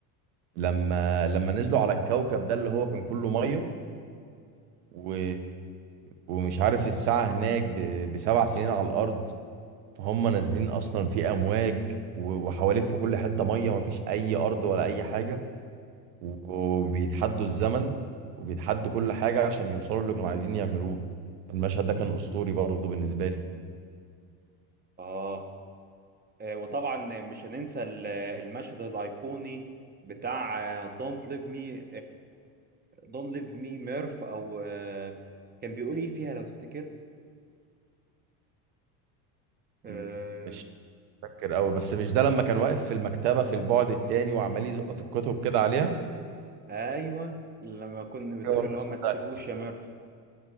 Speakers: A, on the right (about 75°); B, on the right (about 20°).
A: لما لما نزلوا على الكوكب ده اللي هو كان كله ميه و... ومش عارف الساعة هناك ب... بسبع سنين على الأرض فهم نازلين اصلا في امواج و- وحواليك في كل حته ميه ما فيش اي ارض ولا اي حاجه و- وبيتحدوا الزمن وبيتحدوا كل حاجه عشان يوصلوا اللي كانوا عايزين يعملوه المشهد ده كان اسطوري برضه بالنسبه لي
B: اه آه، وطبعا مش هننسى ال- المشهد الايقوني بتاع دونت ليف مي دونت ليف مي ميرف او آه، كان بيقول ايه فيها لو تفتكر
A: مم.
B: آه،
A: ماشي فاكر قوي بس مش ده لما كان واقف في المكتبه في البعد التاني وعمال يزق في الكتب كده عليها
B: ايوه لما كنا بتقول
A: أيوة المشهد
B: اللي هو ما تسيبوش
A: ده.
B: يا ميرف